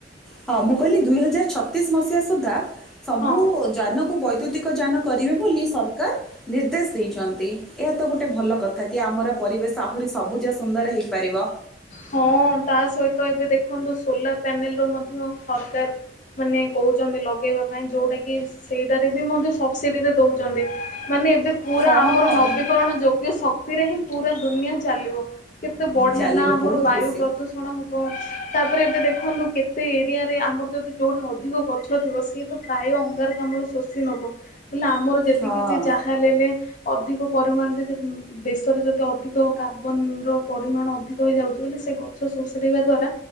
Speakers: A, in the centre; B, on the left.
A: ହଁ ମୁଁ କହିଲି ଦୁଇ ହଜାର ଛତିଶ ମସିହା ସୁଦ୍ଧା ସବୁ।
B: ହଁ
A: ଯାନକୁ ବୈଦ୍ୟୁତିକ ଯାନ କରିବେ ବୋଲି ସର। କାର ନିର୍ଦ୍ଦେଶ ଦେଇଛନ୍ତି ଏହା ତ ଗୋଟେ ଭଲ କଥା। ଥାକି ଆମର ପରିବେଶ ଆହୁରି ସବୁଜ ସୁନ୍ଦର ହେଇପାରିବ।
B: ହଁ ତା ସହିତ ଏବେ ଦେଖନ୍ତୁ ସୋଲାର ପ୍ୟାନେଲ ର ମଧ୍ୟ ସରକାର। ମାନେ କହୁଛନ୍ତି ଲଗେଇବା ପାଇଁ ଯୋଉଟା କି। ସେଇଟାରେ ବି ମଧ୍ୟ ସବସିଡି ରେ ଦଉଛନ୍ତି ମାନେ ଏବେ। ପୁରା
A: ହଁ
B: ଆମର ନବୀକରଣ ଯୋଗ୍ୟ ଶକ୍ତିରେ ହିଁ ପୁରା ଦୁନିଆ ଚାଲିବ। କେତେ ବଢିଆ
A: ଚାଲିବ
B: ନା ଆମର
A: ବହୁତ
B: ବାୟୁ
A: ଖୁସି
B: ପ୍ରଦୂଷଣ। କଣ ହବ ତାପରେ ଏବେ ଦେଖନ୍ତୁ କେତେ ଏରିଆରେ ଆମର ଯଦି ଯୋଉଠି ଅଧିକ ଗଛ ଥିବ ସେ। ତ ବାୟୁ ଅଙ୍ଗାର କାମ୍ଳ ଶୋଷି ନବ। ଇଲୋ ଆମର ଯେତିକି
A: ହଁ
B: ଯେ ଯାହା ହେଲେ ଅଧିକ ପରିମାଣରେ ଯେ। ଦେଶରେ ଯଦି ଅଧିକ କାର୍ବନ ର ପରିମାଣ ଅଧିକ ହେଇଯାଉଛି ବୋଲି ସେ। ଗଛ ଶଷୁରିବା ଦ୍ଵାରା